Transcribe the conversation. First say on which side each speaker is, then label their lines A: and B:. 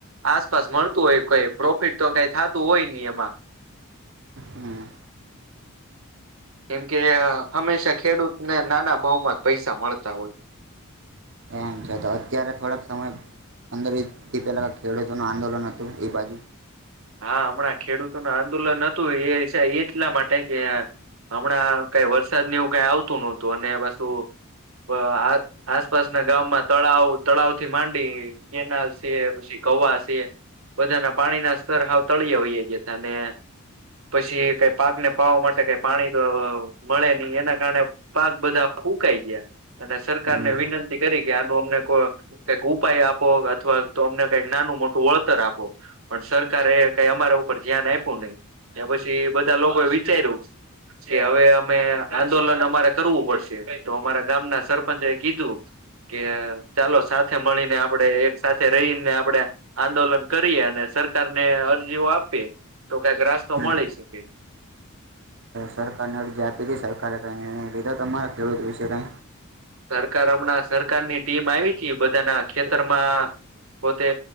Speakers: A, on the right; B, on the right.
A: આસપાસ મળતું હોય કઈ પ્રોફિટ તો કઈ થતું હોય નહી એમાં
B: હમ
A: કેમ કે હંમેશા ખેડૂતને નાના ભાવમાં જ પૈસા મળતા હોય
B: ટ છે તો અત્યારે થોડોક સમય અંદરથી પેલા ખેડૂતોનું આંદોલન હતું એ બાજુ
A: હા હમણાં ખેડૂતો ન આંદોલન હતું એ એટલા માટે કે હમણાં કઈ વરસાદ એવું કઈ આવતું નહતું અને પાછું આ આસપાસના ગામમાં તળાવ તળાવ થી માંડી કેનાલ છે પછી. કવાશે બધાના પાણી ના સ્તર હાવ તળીય હોઈએ જે ત ને પછી કઈ પાક ને પાવા માટે કઈ પાણી તો મળે નહી એના કારણે પાક બધા ઉકાઈ ગયા અને સરકારને
B: હમ
A: વિનંતી કરી કે આનું અમને કોક ઉપાય આપો અથવા તો અમને કઈક નાનું મોટું વળતર આપો પણ સરકાર સરકારે કઈ અમારા ઉપર ધ્યાન આપવું નહી એ પછી બધા લોકો એ વિચાર્યું કે હવે અમે આંદોલન અમારે કરવું પડશે તો અમારા ગામના સરપંચ એ કીધું કે ચાલો સાથે મળીને આપડે એક સાથે રહીને આપડણે આંદોલન કરીએ અને સર સરકાર ને અરજીઓ આપે તો કઈક રાસ્તો
B: હમ
A: મળી શકે
B: સરકારને અરજી આપી હતી સરકારે કંઈ નિર્ણય લીધો તમારા ખેડૂત વિશે કઈ
A: સરકાર હમણાં સરકારની ટીમ આવી છે બધાના ખેતરમાં પોતે